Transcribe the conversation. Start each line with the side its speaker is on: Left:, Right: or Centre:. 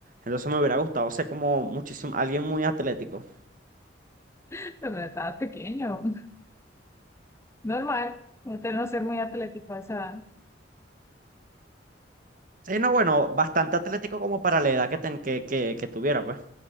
Right: Entonces me hubiera gustado ser como muchísimo, alguien muy atlético.
Left: <laughs> Cuando estabas pequeño. <laughs> Normal. Usted no ser muy atlético a esa edad.
Right: Sí, no, bueno, bastante atlético como para la edad que, ten- que, que, que tuviera, pues.